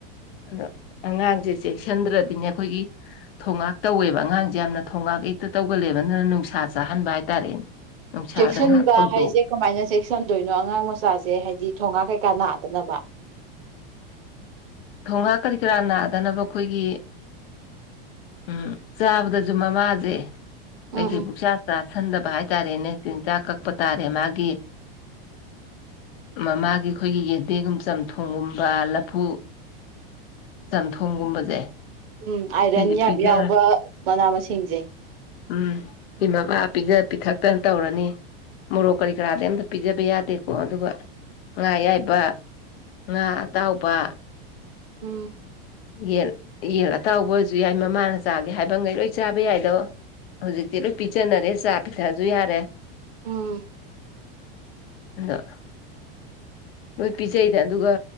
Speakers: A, on the left; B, on the right.
A: ꯑꯗꯣ ꯑꯉꯥꯡꯁꯦ ꯆꯦꯛꯁꯤꯟꯗ꯭ꯔꯗꯤꯅꯦ ꯑꯩꯈꯣꯏꯒꯤ ꯊꯣꯡꯒꯥꯛ ꯇꯧꯋꯦꯕ ꯑꯉꯥꯡꯁꯦ ꯌꯥꯝꯅ ꯊꯣꯡꯒꯥꯛ ꯍꯦꯛꯇ ꯇꯧꯒꯜꯂꯦꯕ ꯑꯗꯨꯅ ꯅꯨꯡꯁꯥ ꯆꯥꯍꯟꯕ ꯍꯥꯏꯇꯥꯔꯦꯅꯦ ꯅꯨꯡꯁꯥꯗ
B: ꯆꯦꯛꯁꯤꯟꯕ
A: ꯉꯥꯏꯍꯥꯛ ꯐꯧꯗꯣꯛ
B: ꯍꯥꯏꯁꯦ ꯀꯃꯥꯏꯅ ꯆꯦꯛꯁꯤꯟꯗꯣꯏꯅꯣ ꯑꯉꯥꯡ ꯃꯆꯥꯁꯦ ꯍꯥꯏꯗꯤ ꯊꯣꯡꯒ ꯀꯩꯀꯥ ꯅꯥꯗꯅꯕ
A: ꯊꯣꯡꯒ ꯀꯔꯤ ꯀꯔꯥ ꯅꯥꯗꯅꯕ ꯑꯩꯈꯣꯏꯒꯤ ꯎꯝ ꯆꯥꯕꯗꯁꯨ ꯃꯃꯥꯁꯦ
B: ꯎꯝ
A: ꯀꯩ ꯀꯩ
B: ꯎꯝ
A: ꯄꯨꯡꯆꯥ ꯆꯥꯁꯟꯗꯕ ꯍꯥꯏꯇꯥꯔꯦꯅꯦ ꯆꯤꯟꯖꯥꯛ ꯀꯛꯄ ꯇꯥꯔꯦ ꯃꯥꯒꯤ ꯎ ꯃꯃꯥꯒꯤ ꯑꯩꯈꯣꯏꯒꯤ ꯌꯦꯟꯗꯦꯝ ꯆꯝꯊꯣꯡꯒꯨꯝꯕ ꯂꯐꯨ ꯆꯝꯊꯣꯡꯒꯨꯝꯕꯁꯦ
B: ꯎꯝ ꯑꯥꯏꯔꯟ
A: ꯁꯤꯁꯦ
B: ꯌꯥꯝ
A: ꯄꯤꯖꯔ
B: ꯌꯥꯎꯕ ꯃꯅꯥ ꯃꯁꯤꯡꯁꯦ
A: ꯎꯝ ꯁꯤ ꯃꯃꯥ ꯄꯤꯖ ꯄꯤꯊꯛꯇꯅ ꯇꯧꯔꯅꯤ ꯃꯣꯔꯣꯛ ꯀꯔꯤ ꯀꯔꯥꯁꯦ ꯑꯝꯇ ꯄꯤꯖꯕ ꯌꯥꯗꯦꯀꯣ ꯑꯗꯨꯒ ꯉꯥꯌꯥꯏꯕ ꯉꯥ ꯑꯇꯥꯎꯕ
B: ꯎꯝ
A: ꯌꯦꯟ ꯌꯦꯟ ꯑꯇꯥꯎꯕ ꯑꯣꯢꯔꯁꯨ ꯌꯥꯏ ꯃꯃꯥꯅ ꯆꯥꯒꯦ ꯍꯥꯏꯕꯈꯩ ꯂꯣꯏ ꯆꯥꯕ ꯌꯥꯏꯗꯣ ꯍꯧꯖꯤꯛꯇꯤ ꯂꯣꯏ ꯄꯤꯖꯅꯔꯦ ꯆꯥ ꯄꯤꯊꯛꯑꯁꯨ ꯌꯥꯔꯦ
B: ꯎꯝ
A: ꯑ <inaudible> ꯂꯣꯏ ꯄꯤꯖꯩꯗ ꯑꯗꯨꯒ